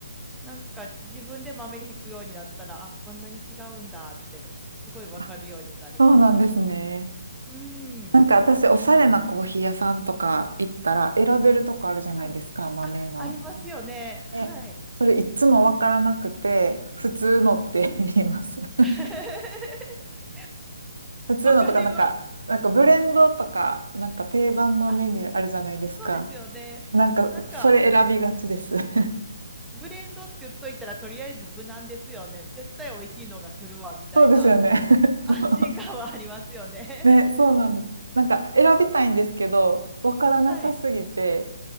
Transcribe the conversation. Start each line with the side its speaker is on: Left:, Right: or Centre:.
Centre: なんか自分で豆ひくようになったら、あ、こんなに違うんだって、すごい分かるようになりました。
Right: あ、そうなんですね。
Centre: うん。
Right: なんか私、おしゃれなコーヒー屋さんとか行ったら、選べるとこあるじゃないですか、
Centre: はい。
Right: 豆の。
Centre: あ、ありますよね。はい。
Right: で、それいつもわからなくて、普通のって言います。<laughs>
Centre: <laughs>
Right: 普通のとか、
Centre: わかります。
Right: なんか、なんかブレンドとか、なんか定番のメニューあるじゃないですか。
Centre: あ、そうですよね。
Right: なんか、
Centre: なんか、
Right: それ選びがちです。<laughs>
Centre: ブレンドって言っといたらとりあえず無難ですよね。絶対美味しいのが来るわみたいな
Right: そうですよね。<laughs>
Centre: <laughs> 安心感はありますよね。
Right: そう。
Centre: <laughs>
Right: ね、そうなんです。なんか、選びたいんですけど、わからなさすぎて、
Centre: はい。